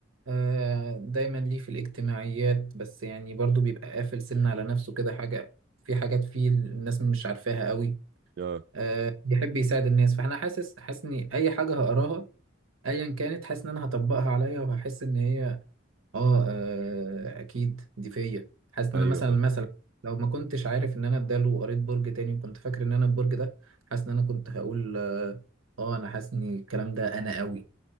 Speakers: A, on the right; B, on the right.
A: آه، دايما ليه في الاجتماعيات بس يعني برضو بيبقى قافل سن على نفسه كده حاجة في حاجات فيه الناس مش عارفاها قوي
B: اه
A: آه، بيحب يساعد الناس فاحنا حاسس حاسس ان اي حاجة هقراها ايا كانت حاسس ان انا هطبقها عليا وهحس ان هي اه آه، اكيد دي فيا حاسس ان
B: ايوه
A: انا مثلا
B: فاهم
A: مثلا لو ما كنتش عارف ان انا اداله وقريت برج تاني وكنت فاكر ان انا البرج ده حاسس ان انا كنت هقول اه آه، انا حاسس ان الكلام ده انا قوي